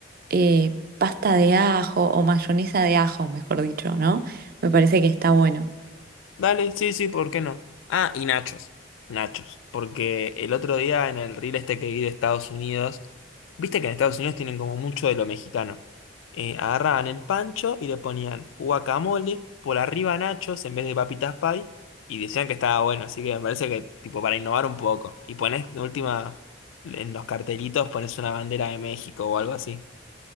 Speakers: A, on the right; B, on the left.
A: eh, pasta de ajo o mayonesa de ajo, mejor dicho, ¿no? Me parece que está bueno.
B: Dale, sí, sí, ¿por qué no? Ah, y nachos. Nachos. Porque el otro día en el reel este que vi de Estados Unidos, viste que en Estados Unidos tienen como mucho de lo mexicano. Eh, agarraban el pancho y le ponían guacamole, por arriba nachos en vez de papitas pie, y decían que estaba bueno. Así que me parece que, tipo, para innovar un poco. Y pones, de última, en los cartelitos pones una bandera de México o algo así.